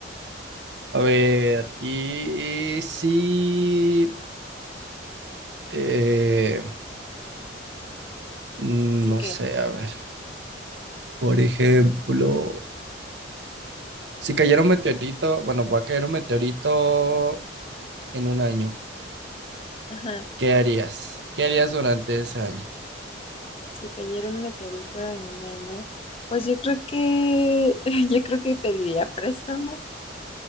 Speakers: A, on the right; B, on the left.
A: A ver, y, y sí, eh, mm,
B: Sí
A: no
B: que,
A: sé, a ver, por ejemplo, si cayera un meteorito, bueno, va a caer un meteorito en un año,
B: ajá,
A: ¿qué harías? ¿Qué harías durante ese año?
B: si cayera un meteorito en un año, pues yo creo que, <laughs> yo creo que pediría préstamo.